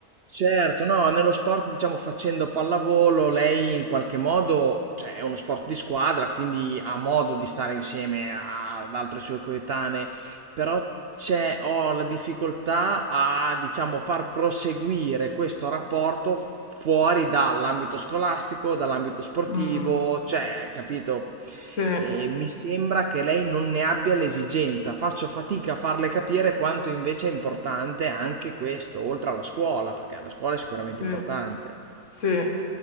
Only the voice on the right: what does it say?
Certo, no, nello sport, diciamo, facendo pallavolo, lei in qualche modo, cioè, è uno sport di squadra, quindi ha modo di stare insieme a- ad altre sue coetanee, però c'è, ho la difficoltà a, diciamo, far proseguire questo rapporto f- fuori dall'ambito scolastico, dall'ambito sportivo,
cioè, capito?
e mi sembra che lei non ne abbia l'esigenza. Faccio fatica a farle capire quanto invece è importante anche questo, oltre alla scuola, perché la scuola è sicuramente
importante.